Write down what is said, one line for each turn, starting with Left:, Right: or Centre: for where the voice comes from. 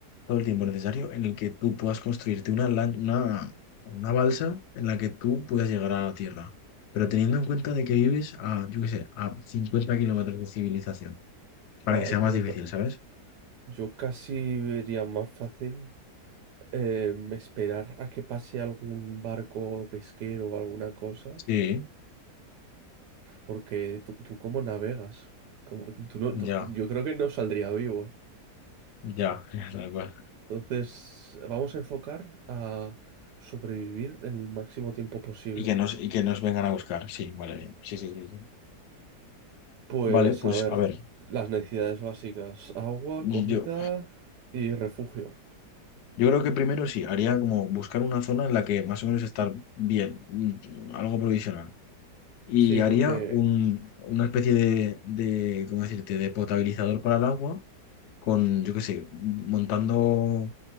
Left: todo el tiempo necesario en el que tú puedas construirte una, lan- una, una balsa en la que tú puedas llegar a la Tierra. Pero teniendo en cuenta de que vives a, yo qué sé, a 50 kilómetros de civilización, para
Right: Buah,
Left: que sea
Right: yo,
Left: más difícil,
Right: ca-
Left: ¿sabes?
Right: yo casi vería más fácil em, esperar a que pase algún barco pesquero o alguna cosa.
Left: Sí,
Right: Porque tú, tú ¿cómo navegas? ¿Cómo- tú no-
Left: ya,
Right: tú- yo creo que no saldría vivo, ¿eh?
Left: ya, <laughs> ya, tal cual.
Right: Entonces, vamos a enfocar a sobrevivir el máximo tiempo posible.
Left: Y que nos, y que nos vengan a buscar, sí, vale, bien. Sí, sí, sí, sí.
Right: Pues
Left: Vale, pues
Right: a ver,
Left: a ver,
Right: las necesidades básicas, agua,
Left: yo,
Right: comida y refugio.
Left: yo creo que primero sí, haría como buscar una zona en la que más o menos estar bien, mm, algo provisional. y
Right: Sí,
Left: haría
Right: porque,
Left: un- una especie de, de, ¿cómo decirte?, de potabilizador para el agua con, yo qué sé, montando,